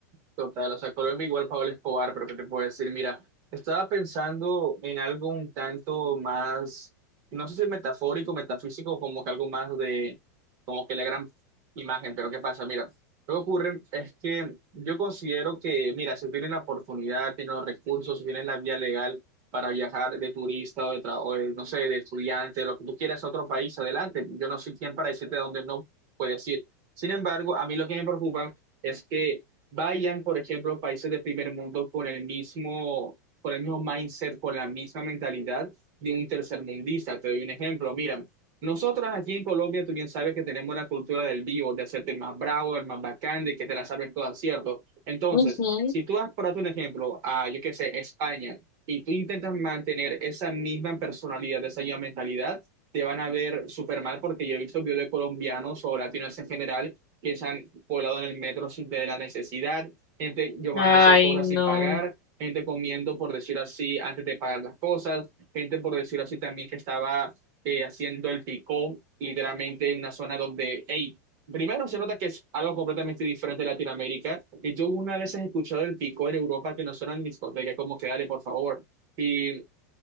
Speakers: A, on the right (about 35°); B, on the left (about 35°).
A: Total, o sea, Colombia igual Pablo Escobar, pero ¿qué te puedo decir? Mira, estaba pensando en algo un tanto más, no sé si metafórico, metafísico, como que algo más de, como que la gran imagen, pero ¿qué pasa? Mira, lo que ocurre es que yo considero que, mira, si tienen la oportunidad, tienen los recursos, si tienen la vía legal para viajar de turista o de, tra- o de, no sé, de estudiante, lo que tú quieras a otro país, adelante. Yo no soy quien para decirte a dónde no puedes ir. Sin embargo, a mí lo que me preocupa es que vayan, por ejemplo, países de primer mundo con el mismo, con el mismo mindset, con la misma mentalidad de un tercermundista. Te doy un ejemplo. Mira, nosotros aquí en Colombia, tú bien sabes que tenemos la cultura del vivo, de hacerte el más bravo, el más bacán, de que te la sabes toda, ¿cierto? Entonces,
B: <laughs> Ujú.
A: si tú vas, por darte un ejemplo, a, yo qué sé, España, y tú intentas mantener esa misma personalidad, esa misma mentalidad, te van a ver súper mal porque yo he visto videos de colombianos o latinos en general que se han colado en el metro sin tener la necesidad, gente llevándose
B: Ay,
A: cosas
B: no.
A: sin pagar, gente comiendo, por decirlo así, antes de pagar las cosas, gente, por decirlo así, también que estaba eh, haciendo el picó, literalmente en una zona donde, hey, primero se nota que es algo completamente diferente de Latinoamérica, y yo una vez he escuchado el picó en Europa que no suena en discoteca, como que dale, por favor. Y